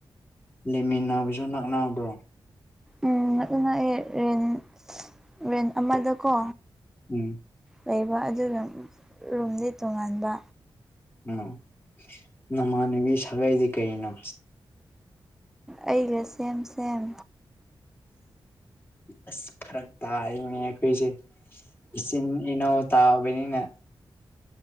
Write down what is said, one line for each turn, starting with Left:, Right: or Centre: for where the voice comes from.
Left: ꯂꯩꯃꯤꯟꯅꯕꯁꯨ ꯅꯛꯕ꯭ꯔꯣ
Centre: ꯎꯝ ꯑꯗꯨꯅ ꯑꯦ ꯔꯦꯟ ꯔꯦꯟ ꯑꯃꯗꯀꯣ
Left: ꯎꯝ
Centre: ꯂꯩꯕ ꯑꯗꯨꯒ ꯔꯨꯝꯗꯤ ꯇꯣꯉꯥꯟꯕ
Left: ꯎꯝ ꯅꯃꯥꯟꯅꯕꯤ ꯁꯥꯒꯩꯗꯤ ꯀꯩꯅꯣ
Centre: ꯑꯩꯒ ꯁꯦꯝ ꯁꯦꯝ
Left: ꯑꯁ ꯐꯔꯛ ꯇꯥꯅꯦ ꯑꯩꯈꯣꯏꯁꯦ ꯏꯆꯤꯟ ꯏꯅꯥꯎ ꯇꯥꯕꯅꯤꯅ